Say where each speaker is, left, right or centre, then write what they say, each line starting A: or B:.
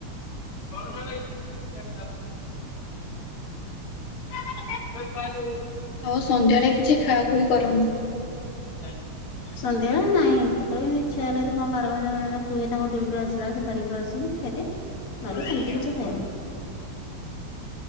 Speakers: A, on the left (about 50°); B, on the left (about 80°).
A: କହୁନ କାଇଁ <unintelligible> <unintelligible> ଏ ପାରିବି।
B: ଆଉ ସନ୍ଧ୍ୟାବେଳେ କିଛି ଖାଅ ଖୁଇ କରନି?
A: ଚାଲ ସନ୍ଧ୍ୟା ନାଇଁ କେତଳ କେମିତି ଇଛା ହେଲେ ତ କଣ ବାରମଜା ଫାରମଜା କୁହେ ତାଙ୍କୁ ଡ୍ୟୁଟି ରୁ ଆସିଲା ବେଳେ ସେ ଧରିକି ପଳି ଆସନ୍ତି। ଖାଇ ଦିଏ। ନହେଲେ ସେମତି କିଛି ଖାଏନି।
B: <inaudible>